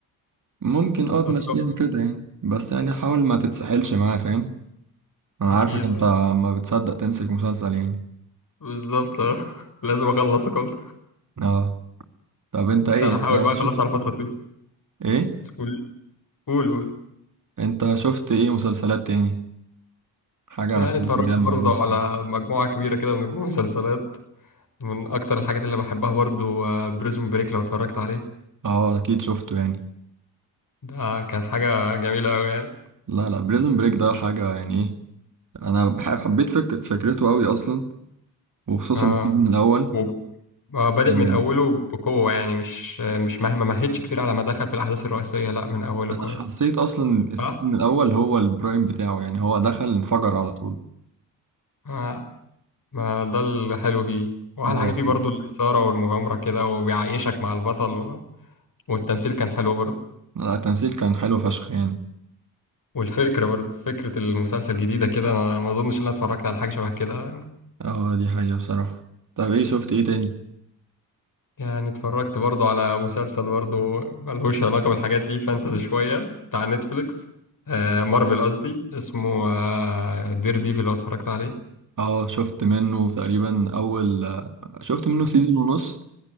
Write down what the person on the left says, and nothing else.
اصل
اكيد
اه
بالظبط اه <laughs> لازم اخلصه كله
بس
هحاول
بقى اخلصه
على فترة طويلة
قول قول قول
يعني
اتفرجت
برضه
على مجموعة كبيرة كده من المسلسلات من اكتر الحاجات اللي بحبها برضه بريزون بريك لو اتفرجت عليه
ده كان حاجة جميلة قوي يعني
اه
و- آه، بادئ
من اوله بقوة يعني مش مش مهما مهدش كتير على ما دخل في الاحداث الرئيسية لا من اوله
كويس
اه
آه، ما ده الحلو فيه واحلى
حاجه فيه
برضو الاثاره والمغامره كده وبيعيشك مع البطل و... والتمثيل كان حلو برضو
والفكره برضو فكره المسلسل جديده كده انا ما اظنش ان انا اتفرجت على حاجه شبه كده
يعني اتفرجت برضو على مسلسل برضو ملهوش علاقه بالحاجات دي فانتزي شويه بتاع نتفليكس آه مارفل قصدي اسمه آه دير ديفل لو اتفرجت عليه